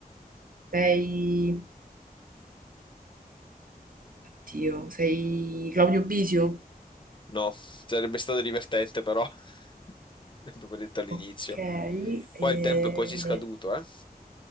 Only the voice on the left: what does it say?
No, sarebbe stato divertente però, <laughs> l'abbiamo detto all'inizio.
Qua
il tempo è quasi scaduto, eh?